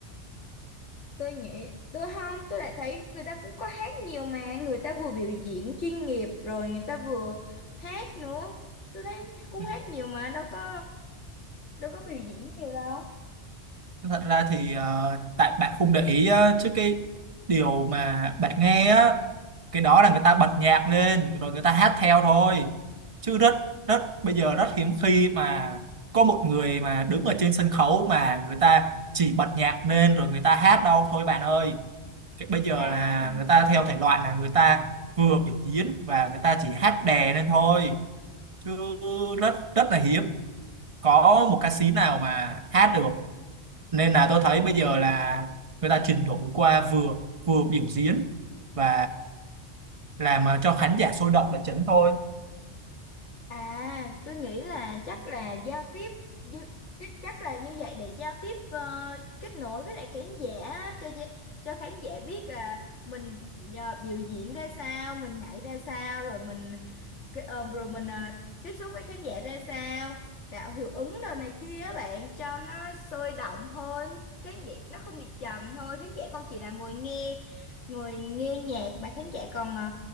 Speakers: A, on the left; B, on the right.
A: Tôi nghĩ tôi không, tôi lại thấy người ta cũng có hát nhiều mà, người ta vừa biểu diễn chuyên nghiệp rồi người ta vừa hát nữa. Tôi thấy cũng
B: Ừ.
A: hát nhiều mà đâu có đâu có biểu diễn nhiều đâu.
B: Thật ra thì ờ, tại bạn không để ý á, chứ cái điều mà bạn nghe á cái đó là người ta bật nhạc lên rồi người ta hát theo thôi chứ rất rất bây giờ rất hiếm khi mà có một người mà đứng ở trên sân khấu mà người ta chỉ bật nhạc lên rồi người ta hát đâu thôi bạn ơi cái bây giờ
A: À
B: là người ta theo thể loại là người ta vừa biểu diễn và người ta chỉ hát đè lên thôi chứ rất rất là hiếm có một ca sĩ nào mà hát được nên là tôi thấy bây giờ là người ta chuyển đổi qua vừa vừa biểu diễn và làm à, cho khán giả sôi động là chính thôi
A: À, tôi nghĩ là chắc là giao tiếp như chắc chắc là như vậy để giao tiếp ờ, kết nối với lại khán giả á, cho gi- cho khán giả biết là mình ờ, biểu diễn ra sao, mình nhảy ra sao rồi mình cái- ờ, rồi mình ờ, tiếp xúc với khán giả ra sao, tạo hiệu ứng đồ này kia á bạn cho nó sôi động hơn, khán giả nó không bị trầm thôi, khán giả không chỉ là ngồi nghe ngồi nghe nhạc mà khán giả còn ờ,